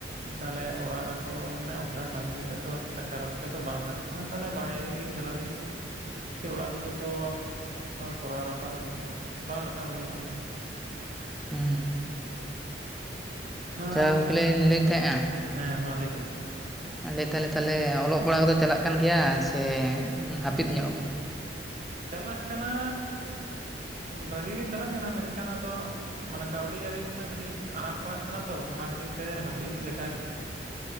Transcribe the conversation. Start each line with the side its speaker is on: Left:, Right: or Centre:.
Right: ᱛᱟᱦᱚᱞᱮ ᱚᱲᱟᱜ ᱨᱮᱫᱚ ᱢᱟᱱᱮ ᱚᱱᱠᱟ ᱠᱟᱹᱢᱤ ᱠᱟ ᱠᱟᱛᱮᱫ ᱫᱚ ᱴᱟᱠᱟ ᱨᱳᱡᱽᱜᱟᱨ ᱫᱚ ᱵᱟᱝ ᱜᱟᱱᱚᱜ ᱠᱟᱱᱟ ᱛᱟᱦᱚᱞᱮ ᱵᱟᱭᱨᱮ ᱜᱮᱞᱤᱧ ᱪᱟᱞᱟᱜ ᱞᱟᱹᱜᱤᱫ ᱠᱟᱹᱴᱤᱡ ᱚᱲᱟᱜ ᱫᱩᱣᱟᱹᱨ ᱠᱚ ᱠᱚᱨᱟᱣ ᱨᱟᱠᱟᱵ ᱠᱚᱨᱟᱣ ᱨᱟᱠᱟᱵ ᱦᱩᱭᱩᱜᱼᱟ
Centre: ᱦᱩᱸ ᱦᱩᱸ
Right: ᱦᱮᱸ
Centre: ᱟᱪᱪᱷᱟ ᱜᱚᱢᱠᱮᱞᱤᱧ ᱞᱟᱹᱭᱮᱫ ᱛᱟᱦᱮᱸᱡᱼᱟ
Right: ᱦᱮᱸ ᱢᱟ ᱞᱟᱹᱭ ᱵᱤᱱ
Centre: ᱞᱟᱹᱭ ᱫᱟᱞᱮ ᱛᱟᱦᱞᱮ ᱚᱞᱚᱜ ᱯᱟᱲᱦᱟᱣ ᱠᱚᱫᱚ ᱪᱟᱞᱟᱜ ᱠᱟᱱ ᱜᱮᱭᱟ ᱥᱮ ᱦᱟᱹᱯᱤᱫ ᱧᱚᱜ ᱠᱟᱱᱟ
Right: ᱪᱟᱞᱟᱜ ᱠᱟᱱᱟ ᱵᱷᱟᱹᱜᱤ ᱜᱮ ᱪᱟᱞᱟᱜ ᱠᱟᱱᱟ ᱢᱮᱱᱠᱷᱟᱱ ᱟᱫᱚ ᱢᱟᱱᱮ ᱠᱟᱹᱣᱰᱤ ᱟᱹᱨᱤ ᱨᱮᱱᱟᱜ ᱠᱟᱹᱴᱤᱡ ᱟᱱᱟᱴ ᱯᱟᱲᱟᱜ ᱠᱟᱱᱟ ᱛᱚ ᱚᱱᱟ ᱠᱷᱟᱹᱛᱤᱨ ᱛᱮ ᱦᱟᱹᱯᱤᱫᱠᱟᱜᱮ